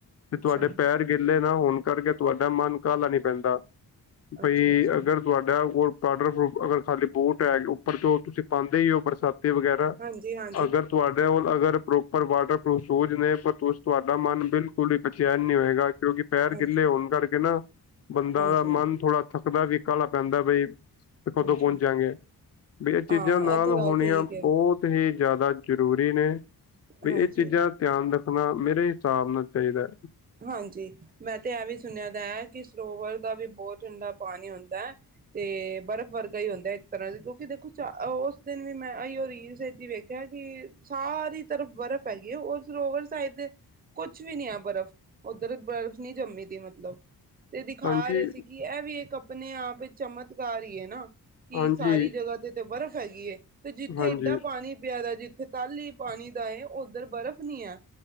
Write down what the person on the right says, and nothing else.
ਅੱਛਾ
ਅੱਛਾ ਅੱਛਾ
ਹਾਂਜੀ ਹਾਂ
ਹਾਂਜੀ
ਹਾਂਜੀ
ਹਾਂਜੀ
ਹਾਂ
ਇਹ ਤਾਂ ਗੱਲ
ਠੀਕ ਹੈ
ਹਾਂਜੀ
ਹਾਂਜੀ ਮੈਂ ਤੇ ਐ ਵੀ ਸੁਣਿਆ ਦਾ ਐ ਕੀ ਸਰੋਵਰ ਦਾ ਵੀ ਬੋਤ ਠੰਡਾ ਪਾਣੀ ਹੁੰਦਾ। ਤੇ ਬਰਫ਼ ਵਰਗਾ ਈ ਹੁੰਦਾ ਐ ਇੱਕ ਤਰ੍ਹਾਂ ਦੀ ਕਿਉਂਕਿ ਦੇਖੋ ਉਚਾ ਓਸ ਦਿਨ ਵੀ ਮੈਂ ਆਈਓ ਰੀਲਸ ਕਿਆ ਕੀ ਸਾਰੀ ਤਰਫ਼ ਬਰਫ਼ ਹੈਗੀ ਐ। ਓ ਸਰੋਵਰ ਸਾਈਡ ਦੇ ਕੁਛ ਵੀ ਨੀ ਐ ਬਰਫ਼। ਓਧਰ ਬਰਫ਼ ਨਈ ਜੰਮੀ ਦੀ ਮਤਲਬ। ਤੇ ਦਿਖਾ
ਰੇ ਸੀ ਕਿ ਐ ਵੀ ਇਕ ਆਪਣੇ ਆਪ ਚਮਤਕਾਰ ਹੀ ਹੈ ਨਾ ਕਿ
ਸਾਰੀ ਜਗ੍ਹਾ ਤੇ ਤੇ ਬਰਫ਼ ਹੈਗੀਏ ਤੇ ਜਿੱਥੇ
ਏਡਾ ਪਾਣੀ ਪਿਆਦਾ ਜਿੱਥੇ ਤਲ ਹੀ ਪਾਣੀ ਦਾ ਏ ਉਓਧਰ ਬਰਫ਼ ਨੀ ਹੈ